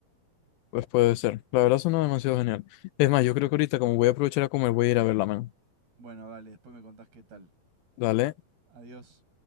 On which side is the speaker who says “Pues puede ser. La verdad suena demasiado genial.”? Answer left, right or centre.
Left